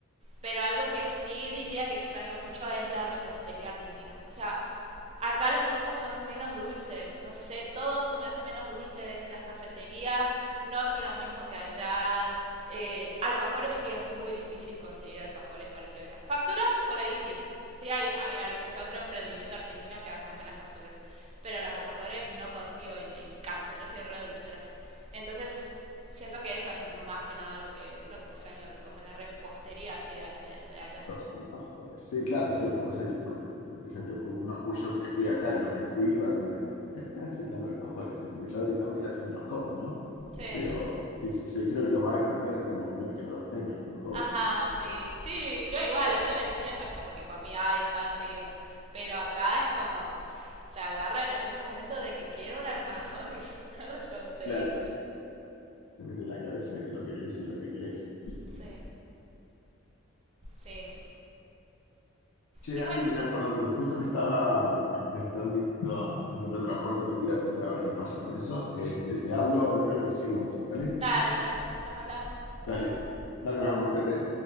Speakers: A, on the right; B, on the left.
A: Pero algo que sí diría que extraño mucho es la repostería argentina. O sea, acá las cosas son menos dulces, no sé, todo se me hace menos dulces, las cafeterías no son lo mismo que allá, eh, alfajores sí es muy difícil conseguir alfajores parecidos allá. Facturas, por ahí sí, sí hay, hay algún que otro emprendimiento argentino que hacen buenas facturas, pero los alfajores no consigo y me encanta, yo soy re dulcera. Entonces, siento que eso es más que nada lo que, lo que extraño, como la repostería así de, de, de allá.
B: Los alfajores. Sí, claro, sí, lo que pasa es que como te, como te decía antes, uno- yo que estoy acá y no me fui, realmente es como que, <laughs> sí, claro, alfajores, es muy, ya directamente casi ni los como, ¿no?
A: Sí.
B: Pero sí, sí, sí, creo que lo vas a extrañar en el momento en el que no los tengas, como todo.
A: Ajá, sí. Sí, yo igual, allá en la Argentina no es como que comía ay, tan seguido. Pero acá es como, se agarra en algún momento de que quiero un alfajor y <laughs> no lo conseguí.
B: Claro. te mete en la cabeza que lo querés y es lo que querés.
A: Sí, sí.
B: Che,
A: Y
B: Andy,
A: bueno,
B: mira, perdón, me- justo me estaba, me, me están viniendo, a, están golpeando la puerta, tengo que ir a atender a ver qué pasa con eso. Este, te hablo en breve, seguimos, ¿vale?
A: dale, dale, nos hablamos. Hasta
B: Dale,
A: luego.
B: dale, nos vemos, cuídate.